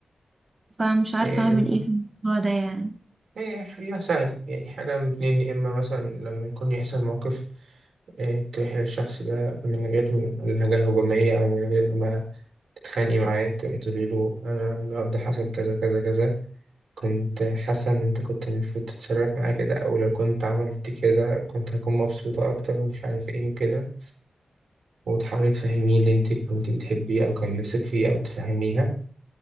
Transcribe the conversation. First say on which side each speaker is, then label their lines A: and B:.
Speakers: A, on the right; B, on the right.
A: فمش عارفة
B: يعني
A: اعمل ايه في الموضوع ده يعني
B: إيه حلها سهل يعني حاجة من اتنين يا إما مثلا لما يكون يحصل موقف إيه تروح للشخص ده من غير لهجة هجومية أو من غير ما تتخانقي معاه تروحي تقولي له أنا النهاردة حصل كذا كذا كذا كنت حاسة إن أنت كنت المفروض تتصرف معايا كده أو لو كنت عملت كذا كنت هكون مبسوطة أكتر ومش عارف إيه وكده وتحاولي تفهميه اللي انت كنت بتحبيه او كان نفسك فيه او تفهميها